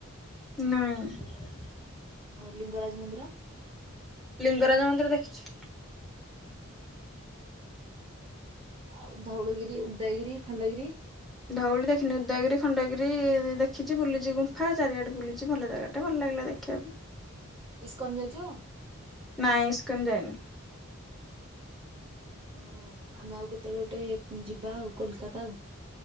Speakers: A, in the centre; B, on the right (about 25°).
A: ନାଇଁ।
B: ଆଉ ଲିଙ୍ଗରାଜ ମନ୍ଦିର?
A: ଲିଙ୍ଗରାଜ ମନ୍ଦିର ଦେଖିଛି।
B: ଆ ଧଉଳିଗିରି ଉଦୟଗିରି ଖଣ୍ଡଗିରି?
A: ଧଉଳି ଦେଖିନି ଉଦୟଗିରି ଖଣ୍ଡଗିରି ଦେଖିଛି ବୁଲିଛି ଗୁମ୍ଫା ଚାରିଆଡେ ବୁଲିଛି ଭଲ ଜାଗା ଟେ ଭଲ ଲାଗିଲା ଦେଖିବାକୁ।
B: ଇସ୍କନ ଯାଇଛୁ?
A: ନାଇଁ ଇସ୍କନ ଯାଇନି।
B: ଓ ଆମେ ଆଉ କେତେବେଳେ ଗୋଟେ ଯିବା ଆଉ କୋଲକାତା ଆଉ।